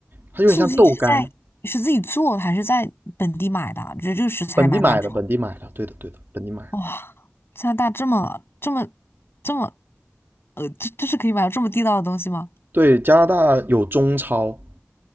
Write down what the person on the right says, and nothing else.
它有点像豆干，
本地买的，本地买的，对的对的，本地买的。
对，加拿大有中超，